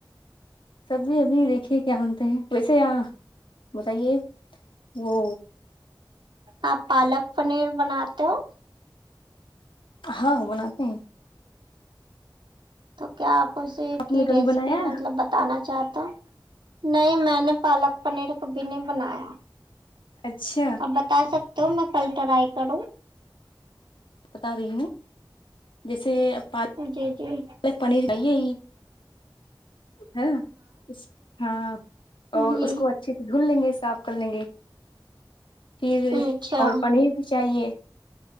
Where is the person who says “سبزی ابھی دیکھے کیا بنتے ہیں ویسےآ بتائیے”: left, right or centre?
Left